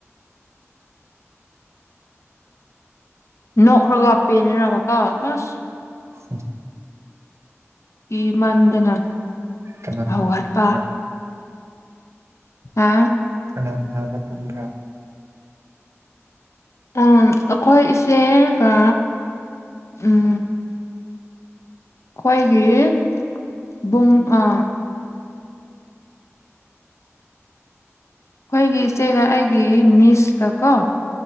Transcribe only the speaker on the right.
ꯎ
ꯀꯅꯥ
ꯀꯅꯥ
ꯀꯅꯥ ꯀꯅꯥꯒ ꯇꯨꯝꯕ꯭ꯔꯥ